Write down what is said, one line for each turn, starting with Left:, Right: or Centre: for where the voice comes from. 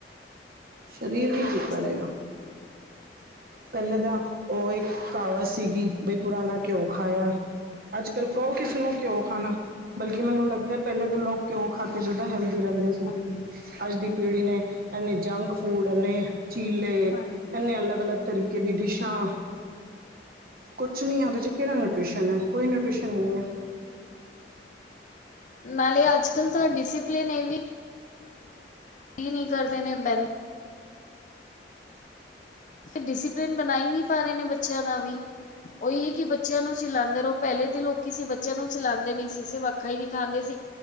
Right: ਸਰੀਰ
Left: ਨਹੀਂ
Right: ਵੀ
Left: ਨਹੀਂ
Right: ਠੀਕ ਕਰੇਗਾ।
Left: ਸਹੀ
Right: ਪਹਿਲੇ ਤਾਂ ਉਹ ਇਕ ਕਹਾਵਤ ਸੀਗੀ। ਬਈ ਪੁਰਾਣਾ ਘਿਓ ਖਾਇਆ। ਅਜ ਕਲ ਕਹ ਕਿਸੇ ਨੂੰ ਘਿਉ ਖਾਣਾ ਬਲਕਿ ਮੈਨੂੰ ਲਗਦਾ ਪਹਿਲੇ ਤਾਂ ਲੋਕ ਘਿਓ ਖਾ ਕੇ ਜਿਦਾ ਹੈਲਦੀ ਰਹਿੰਦੇ ਸੀ।
Left: ਹਾਂਜੀ
Right: ਅੱਜ ਦੀ ਪੀੜ੍ਹੀ ਨੇ ਇੰਨੀ ਜੰਕ ਫੂਡ ਨੇ ਚੀਲੇ
Left: ਹਾਂਜੀ
Right: ਨੇ ਅਲਗ- ਅਲਗ ਤਰੀਕੇ ਦੀ ਡਿਸ਼ਾਂ ਕੁਛ ਨੀ ਹੈ। ਉਹਦੇ 'ਚ ਕਿਹੜਾ ਨਿਊਟ੍ਰਿਸ਼ਨ ਹੈ। ਕੋਈ ਨਿਊਟ੍ਰਿਸ਼ਨ ਨਹੀ ਹੈ।
Left: ਨਾਲੇ ਅਜ ਕਲ ਤਾਂ ਡਿਸਿਪਲਿਨ ਇਹ ਵੀ ਨਹੀ ਕਰਦੇ ਨੇ ਬਹਿੰ ਡਿਸਿਪਲਿਨ ਬਣਾਈ ਨਹੀ ਪਾ ਰਹੇ ਨੇ ਬੱਚਿਆਂ ਦਾ ਵੀ। ਉਹੀ ਕਿ ਬੱਚਿਆਂ ਨੂੰ ਚਲਾਉਦੇ ਰਹੋ। ਪਹਿਲੇ ਤਾਂ ਲੋਕ ਹੀ ਸੀ ਬੱਚਿਆਂ ਨੂੰ ਚਲਾਉਦੇ ਨਹੀ ਸੀ ਸੀਰਫ ਅੱਖਾ ਹੀ ਦਿਖਾਉਦੇ ਸੀ।